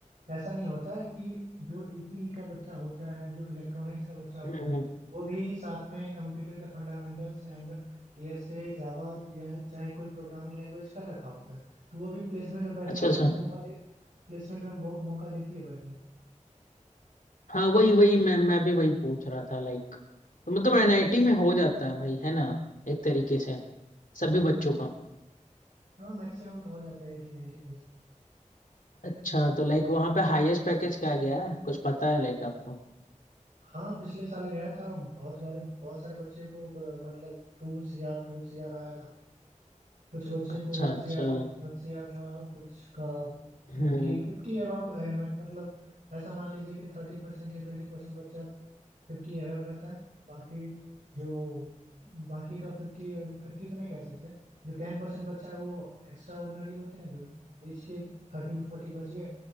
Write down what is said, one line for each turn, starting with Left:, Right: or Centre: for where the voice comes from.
Right: ऐसा नहीं होता है कि जो ईसीई का बच्चा होता है जो इलेक्ट्रॉनिक्स का बच्चा होता
Left: हम्म
Right: है
Left: हम्म।
Right: वो भी साथ में कंप्यूटर के फंडामेंटल्स एंड डीएसए जावा या चाहे कोई प्रोग्रामिंग लैंग्वेज कर रखा होता है तो वो भी प्लेसमेंट में बैठने
Left: अच्छा
Right: का
Left: अच्छा
Right: उसको मौका दे प्लेसमेंट में बहु- मौका देती है बैठने को
Left: हाँ वही वही मैं मैं भी वही पूछ रहा था लाइक तो मतलब एनआईटी में हो जाता है भाई है ना एक तरीके से सभी बच्चों
Right: जी।
Left: का
Right: हाँ मैक्सिमम का हो जाता है एटी नाइन्टी परसेंट
Left: अच्छा तो लाइक वहाँ पे हाईएस्ट पैकेज क्या गया है कुछ पता है लाइक आपको
Right: हाँ पिछले साल गया था बहुत बार बहुत सारे बच्चे को अ, मतलब टू सी आर टू सी आर आया था कुछ बच्चे
Left: अच्छा
Right: को वन
Left: अच्छा
Right: सी आर वन सी आर था कुछ का
Left: हम्म
Right: फिफ्टी फिफ्टी एबव मतलब ऐसा मान लीजिए कि थर्टी परसेंट या ट्वेंटी परसेंट बच्चा फिफ्टी एबव रहता है बाकी जो बाकी का फिफ्टी फिफ्टी तो नहीं कह सकते जो टेन परसेंट बच्चा है वो एक्स्ट्रा ऑर्डिनरी होते हैं जो बीच के थर्टी टू फोर्टी बच गए